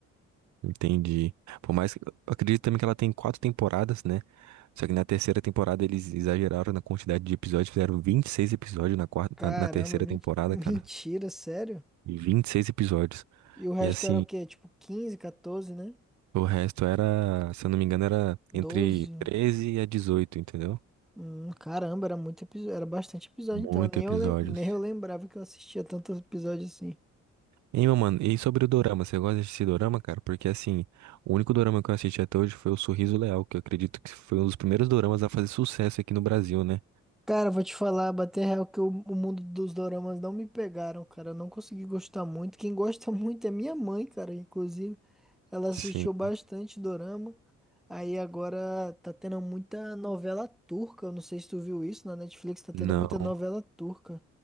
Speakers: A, on the right (about 70°); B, in the centre.
A: Entendi. Por mais que, eu acredito também que ela tem quatro temporadas, né? Só que na terceira temporada eles exageraram na quantidade de episódios, fizeram 26 episódios na quarta,
B: Caramba,
A: na, na terceira
B: men-
A: temporada,
B: <laughs> mentira,
A: cara.
B: sério?
A: E 26 episódios.
B: E o resto
A: E assim,
B: era o quê? Tipo 15, 14, né?
A: o resto era, se eu não me engano, era
B: 12.
A: entre 13 a dezoito entendeu?
B: Hum, caramba, era muito episódio, era bastante episódio,
A: Muito
B: então nem
A: episódios.
B: eu, lem- nem eu lembrava que eu assistia tantos episódios assim.
A: Hein, meu mano, e sobre o dorama, você gosta de assistir dorama, cara? Porque assim, o único dorama que eu assisti até hoje foi o Sorriso Leal, que eu acredito que foi um dos primeiros doramas a fazer sucesso aqui no Brasil, né?
B: Cara, vou te falar, bater real que o, o mundo dos doramas não me pegaram, cara. Eu não consegui gostar muito. Quem gosta <laughs> muito é minha mãe, cara. Inclusive, ela assistiu
A: Sim.
B: bastante dorama. Aí agora tá tendo muita novela turca. Eu não sei se tu viu isso na Netflix, tá tendo
A: Não.
B: muita novela turca.